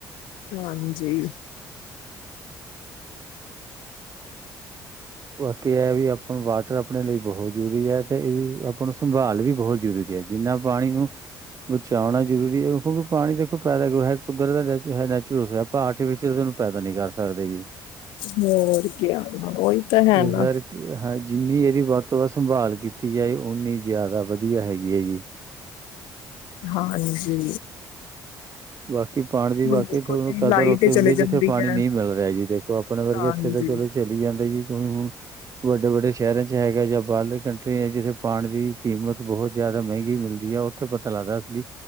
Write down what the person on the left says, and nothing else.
ਹਾਂਜੀ
ਹੋਰ ਕਿਆ। ਉਹੀ ਤਾਂ ਹੈ
ਨਾ
ਹਾਂਜੀ
ਹੁਣ ਦੇਖੋ
ਜੀ
ਲਾਈਟ
ਚਲੇ
ਜਾਂਦੀ
ਹੈ
ਹਾਂਜੀ